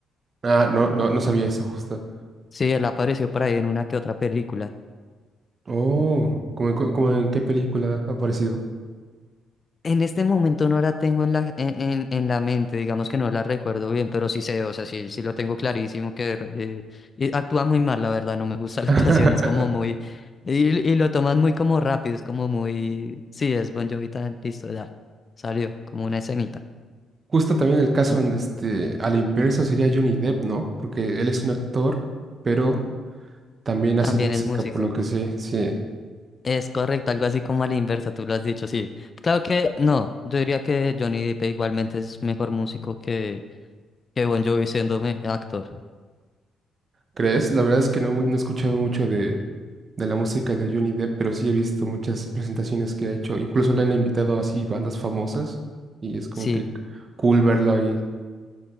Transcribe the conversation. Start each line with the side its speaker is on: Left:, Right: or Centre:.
Right: Ah, no, no, no sabía eso justo.
Left: Sí, él apareció por ahí en una que otra película.
Right: Oh, ¿cómo en, cu- como en qué película ha aparecido?
Left: En este momento no la tengo en la, en, en- en la mente, digamos que no la recuerdo bien, pero sí sé, o sea, sí, sí lo tengo clarísimo que eh, y actúa muy mal, la verdad, no me gusta la
Right: <laughs>
Left: <laughs> actuación, es como muy, y, y lo toman muy como rápido, es como muy, sí, es Bon Jovi tan, listo, ya, salió, como una escenita.
Right: Justo también el caso
Left: Mm,
Right: donde este, a la inversa sería Johnny Depp, ¿no? Porque él es un actor, pero también
Left: También
Right: hace música,
Left: es músico,
Right: por lo que sé, sí.
Left: es correcto, algo así como a la inversa, tú lo has dicho, sí. Claro que no, yo diría que Johnny Depp igualmente es mejor músico que, que Bon Jovi siendo me- actor,
Right: ¿Crees? La verdad es que no, mu- no he escuchado mucho de, de la música de Johnny Depp, pero sí he visto muchas presentaciones que ha hecho. Incluso le han invitado así bandas famosas y es como
Left: sí.
Right: que cool verlo ahí.